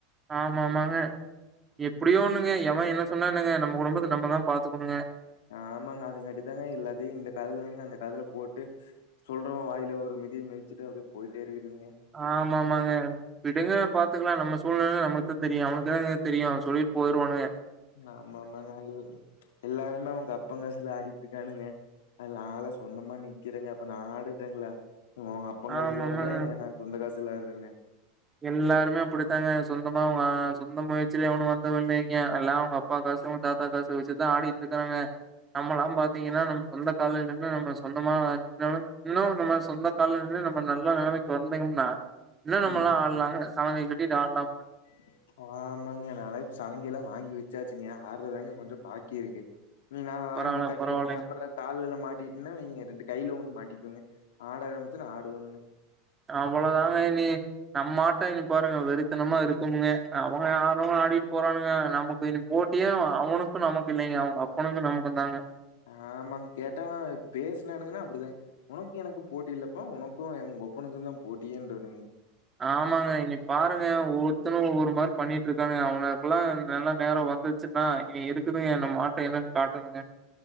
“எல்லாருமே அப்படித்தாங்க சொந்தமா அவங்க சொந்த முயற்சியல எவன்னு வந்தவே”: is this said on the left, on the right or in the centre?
Right